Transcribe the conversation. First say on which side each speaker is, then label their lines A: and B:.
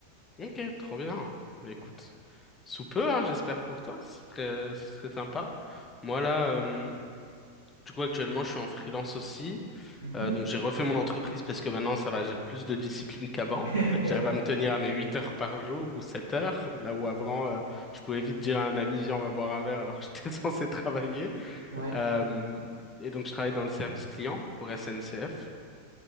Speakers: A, on the left; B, on the right.
A: Ok, trop bien. Bah, écoute, sous peu, hein, j'espère pour toi. Ce serait, ce serait sympa. Moi, là, euh, du coup, actuellement, je suis en freelance aussi.
B: Mhm.
A: Euh, donc, j'ai refait mon entreprise parce que maintenant, ça va, j'ai plus de discipline qu'avant.
B: <laughs>
A: <laughs> J'arrive à me tenir à mes 8 heures par jour ou 7 heures. Là où avant, euh, je pouvais vite dire à un ami, viens, on va boire un verre alors que j'étais <laughs> censé travailler.
B: Ouais.
A: Euh, et donc, je travaille dans le service client pour SNCF